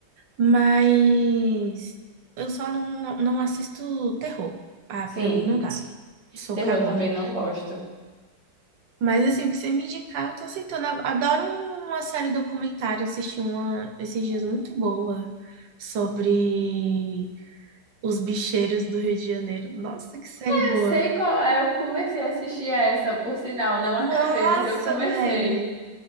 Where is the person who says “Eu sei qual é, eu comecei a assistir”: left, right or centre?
Right